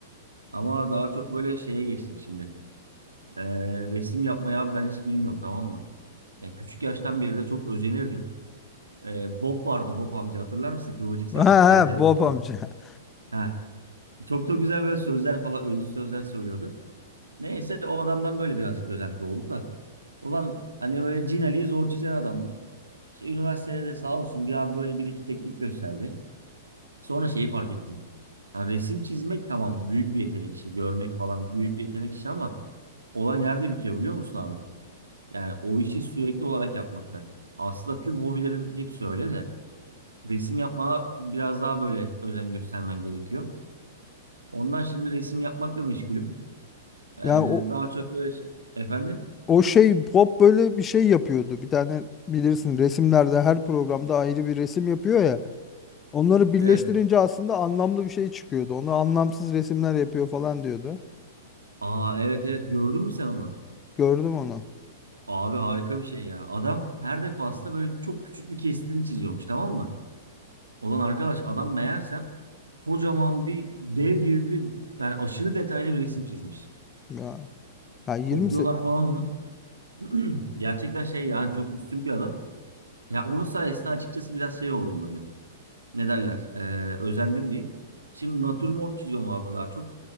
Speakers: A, on the right; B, on the left.
A: Ama daha çok böyle şeye geçtim şimdi. Ee, resim yapmayı abi ben hiç bilmiyorum tamam mı? Ya küçük yaştan beri de çok özenirdim. Ee, Bob vardı Bob amca hatırlar mısın? Kıvırcık saçlı
B: ha
A: TRT'de
B: ha Bob
A: çıkıyordu.
B: amca. <laughs>
A: Ha, çok da güzel böyle sözler falan özlü sözler söylüyordu. Neyse o adamdan böyle birazcık özenti oldu da. Ulan hani böyle Cin Ali'yi zor çizen adamdı. İşte üniversitede de sağ olsun bir abi böyle bir iki teknik gösterdi. Sonra şeyi fark ettim. Ha, resim çizmek tamam büyük bir yetenek işi. Görmek falan büyük bir yetenek işi ama olay nerede bitiyor biliyor musun abi? Yani o işi sürekli olarak yapmakta. Aslında tüm hobilerin hepsi öyle de resim yapmaya biraz daha böyle özen göstermen gerekiyor. Ondan şimdi resim yapmakla meşgulüm. Ee,
B: Ya o,
A: daha çok böyle şey. Efendim?
B: O şey pop böyle bir şey yapıyordu. Bir tane bilirsin resimlerde her programda ayrı bir resim yapıyor ya. Onları birleştirince
A: Evet.
B: aslında anlamlı bir şey çıkıyordu. Onu anlamsız resimler yapıyor falan diyordu.
A: Aa evet evet gördün mü sen onu?
B: Gördüm onu.
A: Abi harika bir şey ya. Adam her defasında böyle çok küçük bir kesitini çiziyormuş tamam mı? Olan arkadaş adam meğersem kocaman bir dev gibi bir yani aşırı detaylı bir resim çizmiş.
B: Ya, ya 20
A: Topluyorlar
B: se-
A: falan onu. <clears throat> Gerçekten şey yani çok üstün bir adam. Ya onun sayesinde açıkçası biraz şey oldum böyle. Ne derler? Ee, özendim diyeyim. Şimdi natürmort çiziyorum abi daha çok.